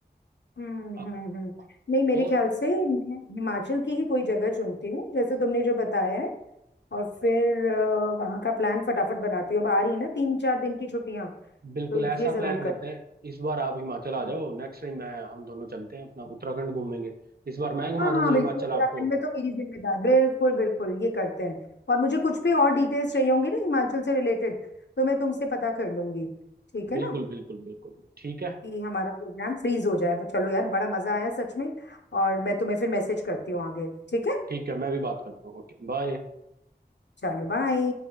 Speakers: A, on the left; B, on the right.
A: हम्म
B: अ-
A: हम्म हम्म नहीं मेरे
B: और
A: ख्याल से मैं हिमाचल की ही कोई जगह चुनती हूँ जैसे तुमने जो बताया है और फिर अ, वहाँ का प्लान फटाफट बनाती हूँ अब आ रही है ना तीन चार दिन की छुट्टियाँ
B: बिल्कुल
A: तो ये
B: ऐसा
A: जरूर
B: प्लान करते हैं इस बार आप हिमाचल आ
A: कर
B: जाओ नेक्स्ट टाइम मैं हम दोनों चलते हैं अपना उत्तराखंड घूमेंगे इस बार मैं घुमा
A: हाँ
B: दूंगा
A: हाँ
B: हिमाचल
A: बिल्कुल उत्तराखंड
B: आपको
A: में तो मेरी जिम्मेदार बिल्कुल बिल्कुल ये करते हैं और मुझे कुछ भी और डिटेल्स चाहिए होंगी ना हिमाचल से रिलेटेड तो मैं तुमसे पता कर लूंगी ठीक
B: बिल्कुल
A: है ना
B: बिल्कुल बिल्कुल ठीक है
A: कि हमारा प्रोग्राम फ्रीज हो जाए तो चलो यार बड़ा मजा आया सच में और मैं तुम्हें फिर मैसेज करती हूँ आगे ठीक है
B: ठीक है मैं भी बात करता हूँ ओके बाय
A: चलो बाय